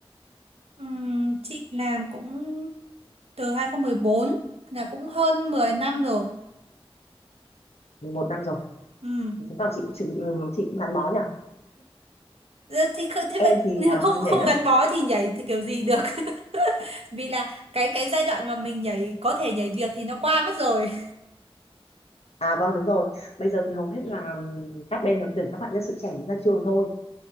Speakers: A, on the right; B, on the left.
A: Ừm, chị làm cũng từ hai không một bốn là cũng hơn 10 năm rồi
B: 11 năm rồi
A: Ừm.
B: thì chứng tỏ chị cũng chứng, ừ, chị cũng gắn bó nhỉ
A: Ờ, thì kh- thế
B: em
A: bạn
B: thì ờ,
A: không
B: hay nhảy
A: không
B: lắm
A: gắn bó thì nhảy thì kiểu gì được <laughs> vì là cái cái giai đoạn mà mình nhảy có thể nhảy việc thì nó qua mất rồi
B: À vâng đúng rồi. Bây giờ thì hầu hết là ừm, các bên đều tuyển các bạn nhân sự trẻ mới ra trường thôi,